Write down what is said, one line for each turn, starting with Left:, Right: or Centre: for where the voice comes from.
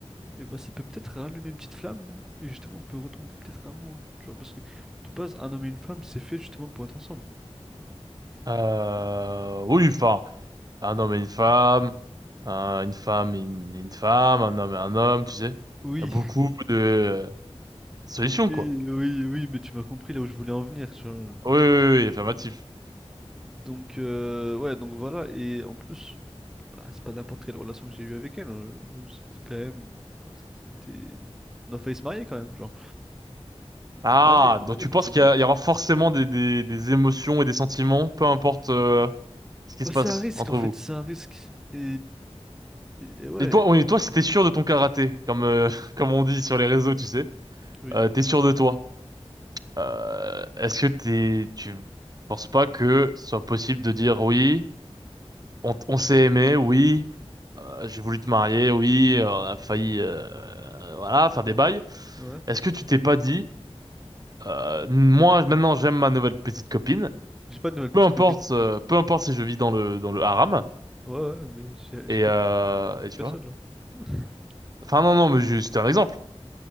Centre: et bah ça peut peut-être rallumer une petite flamme et justement on peut retomber peut-être amoureux. Tu vois, parce que de base un homme et une femme c'est fait justement pour être ensemble.
Right: Euh, oui, enfin. Un homme et une femme, un- une femme et une, et une femme, un homme et un homme, tu sais.
Centre: Oui,
Right: Il y a beaucoup de euh, solutions,
Centre: Oui,
Right: quoi.
Centre: oui, oui, mais tu m'as compris là où je voulais en venir, tu vois.
Right: Oui, oui, oui, oui, affirmatif.
Centre: Donc, euh, ouais, donc voilà, et en plus, bah, c'est pas n'importe quelle relation que j'ai eue avec elle, euh, j'ai quand même, enfin, c'est- on était, on a failli se marier quand même, genre,
Right: Ah,
Centre: on allait, on
Right: donc
Centre: allait
Right: tu
Centre: pour
Right: penses
Centre: se marier.
Right: qu'il y, a- il y aura forcément des, des, des émotions et des sentiments, peu importe euh, ce qui
Centre: Bah,
Right: se passe
Centre: c'est un risque
Right: entre
Centre: en fait,
Right: vous.
Centre: c'est un risque, et, et ouais,
Right: Et toi, oui, et toi, si t'es sûr de ton karaté, comme euh, <laughs> comme on dit sur les réseaux, tu sais,
Centre: oui,
Right: euh, t'es sûr de toi. Euh, est-ce que t'es, tu penses pas que ce soit possible de dire oui? On, t- on s'est aimé, oui. Euh, j'ai voulu te marier, oui. Euh, On a failli, euh, euh, voilà, faire des bails.
Centre: ouais,
Right: Est-ce que tu t'es pas dit, euh, moi maintenant j'aime ma nouvelle petite copine.
Centre: j'ai pas de nouvelle petite
Right: Peu importe,
Centre: copine,
Right: euh, peu importe si je vis dans le dans le haram.
Centre: ouais, ouais, mais j'ai
Right: Et,
Centre: j'ai pas
Right: euh,
Centre: de
Right: et tu
Centre: personne
Right: vois.
Centre: là. <laughs>
Right: Enfin non non, mais juste c'était un exemple.